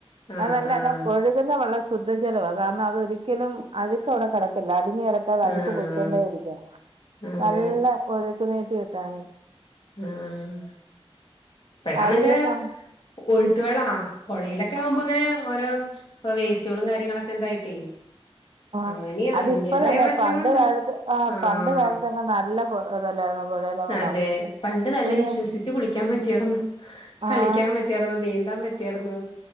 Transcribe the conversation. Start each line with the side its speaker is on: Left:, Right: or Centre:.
Left: ആഹ്
Right: അതല്ലട
Left: ആഹ്
Right: ഒഴുകുന്ന വെള്ള ശുദ്ധജലവാ കാരണം അതൊരിക്കലും അഴുക്ക് അവിടെ കെടക്കില്ല അടിഞ്‌ ത
Left: ആഹ്
Right: അഴുക്ക് പോയിക്കൊണ്ടേരിക്കാണ്.
Left: അതെ
Right: നല്ല ഒലിക്കുന്ന താണെ
Left: അ ആഹ് ഇപ്പഴാണെങ്കെ
Right: അതേ നം
Left: ഒഴുത്ത്
Right: ഉം
Left: വെള്ളാ പുഴയിലൊക്കെ ആകുമ്പോ ഇങ്ങനെ ഓരോ ഇപ്പോ വേസ്റ്റുകളും കാര്യങ്ങളൊക്കെ എന്തായിട്ടേ
Right: ആ
Left: അങ്ങനെ
Right: അതിപ്പഴല്ലേ
Left: അതിന്റേതായ പ്രശ്നങ്ങളുണ്ടാവും
Right: പണ്ട് കാലത്ത് ആ
Left: ആഹ്
Right: പണ്ട് കാലത്തൊക്കെ നല്ല ഇതല്ലായിരുന്നോ പുഴയിലെ വെള്ളം
Left: അതെ പണ്ട് നല്ല
Right: ഏഹ്
Left: വിശ്വസിച്ച് കുളിക്കാൻ പറ്റിയടന്ന
Right: ആഹ്
Left: കളിക്കാൻ പറ്റിടന്നോ നീന്ത എന്താൻ പറ്റിയടന്ന്